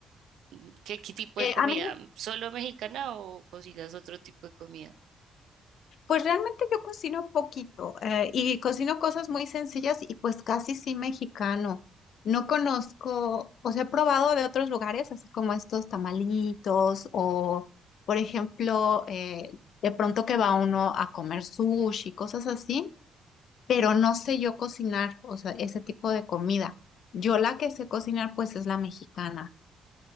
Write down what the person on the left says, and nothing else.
Eh,
a mí
Pues realmente yo cocino poquito eh, y cocino cosas muy sencillas y pues casi sí mexicano. No conozco, o sea, he probado de otros lugares, así como estos tamalitos o, por ejemplo, eh, de pronto que va uno a comer sushi, cosas así, pero no sé yo cocinar, o sea, ese tipo de comida. Yo la que sé cocinar pues es la mexicana.